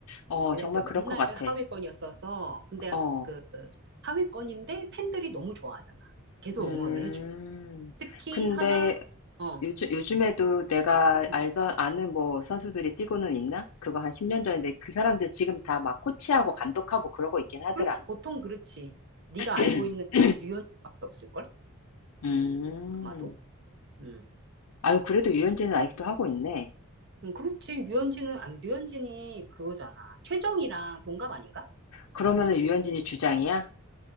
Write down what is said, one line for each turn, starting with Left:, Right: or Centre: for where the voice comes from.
Left: 어,
Right: 걔네들
Left: 정말 그럴
Right: 맨날
Left: 것 같아.
Right: 하위권이었어서, 근데
Left: 어.
Right: 그, 하위권인데 팬들이 너무 좋아하잖아. 계속
Left: 음.
Right: 응원을 해주고. 특히
Left: 근데
Right: 하나, 어,
Left: 요즘, 요즘에도 내가
Right: 음.
Left: 알던, 아는 뭐 선수들이 뛰고는 있나? 그거 한 10년 전인데 그 사람들 지금 다 막 코치하고 감독하고 그러고 있긴 하더라.
Right: 그렇지. 보통 그렇지. 네가
Left: <clears throat>
Right: 알고 있는 뉴욕밖에 없을걸?
Left: 음.
Right: 아마도. 음.
Left: 아유, 그래도 유현진은 아직도 하고 있네.
Right: 음, 그렇지. 류현진은, 아니, 류현진이 그거잖아. 최정이랑 동갑 아닌가?
Left: 그러면은 유현진이 주장이야?